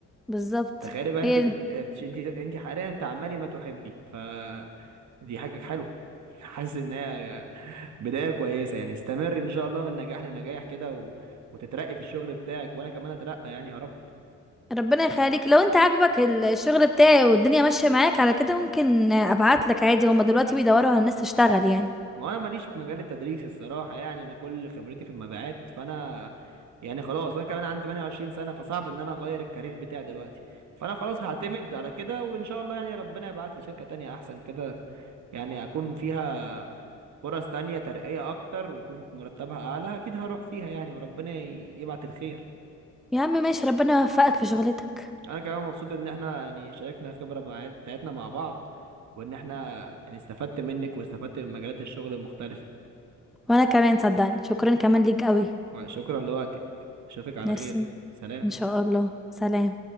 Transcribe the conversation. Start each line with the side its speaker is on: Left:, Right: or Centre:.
Centre: بالظبط
Right: تخيلي بقى انت
Centre: هي
Right: بت... بتش... انت انت حاليا تعملي ما تحبي ف دي حاجة حلوة <laughs> حاسس ان هي بداية كويسة يعني استمر ان شاء الله من نجاح لنجاح كده و... وتترقي في الشغل بتاعك وانا كمان اترقى يعني يا رب
Centre: ربنا يخليك لو انت عاجبك ال- الشغل بتاعي والدنيا ماشيه معاك على كده ممكن ابعت لك عادي هما دلوقتي بيدوروا على الناس تشتغل يعني
Right: ما انا ماليش في مجال التدريس الصراحة يعني انا كل خبرتي في المبيعات فانا يعني خلاص وانا كمان عندي 28 سنة فصعب ان انا اغير الكارير بتاعي دلوقتي فانا خلاص هعتمد على كده وان شاء الله يعني ربنا يبعت لي شركة تانية احسن كده يعني اكون فيها فرص تانية ترقية أكتر ويكون مرتبها أعلى أكيد هروح فيها يعني وربنا ي- يبعت الخير
Centre: يا عم ماشي ربنا يوفقك في شغلتك
Right: أنا كمان مبسوط إن إحنا يعني شاركنا الخبرة مع- بتاعتنا مع بعض وإن إحنا يعني استفدت منك واستفدت من مجالات الشغل المختلفة
Centre: وانا كمان صدقني شكرا كمان ليك قوي
Right: شكرا لوقتك أشوفك على
Centre: ميرسي
Right: خير سلام
Centre: ان شاء الله سلام